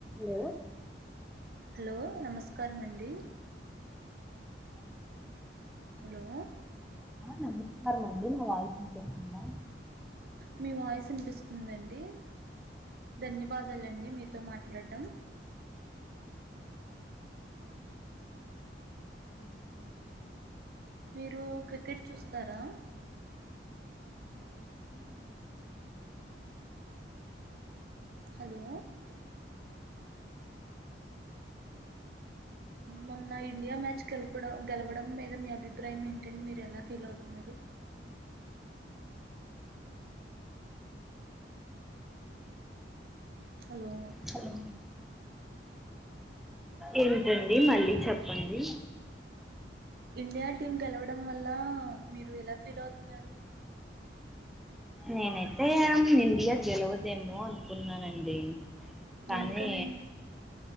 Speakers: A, in the centre; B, on the right.
A: లేద
B: హలో నమస్కారం అండి
A: అ
B: హలో
A: నమస్కారం అండి నా వాయిస్ వినిపిస్తుందా
B: మీ వాయిస్ వినిపిస్తుందండి ధన్యవాదాలండి మీతో మాట్లాడడం
A: అ <inaudible>
B: మీరు క్రికెట్ చూస్తారా
A: ఆ చూస్తానండి
B: హలో మొన్న ఇండియా మ్యాచ్ గెలపడం గెలవడం మీద మీ అభిప్రాయం ఏంటండి మీరు ఎలా ఫీల్ అవుతున్నారు
A: అ
B: హలో
A: హలో ఏంటండి మళ్ళీ చెప్పండి
B: ఇండియా టీమ్ గెలవడం వల్ల మీరు ఎలా పిలవుతున్నారు
A: నేనైతే ఇండియా గెలవదేమో అనుకున్నానండి కానీ
B: ఎందుకని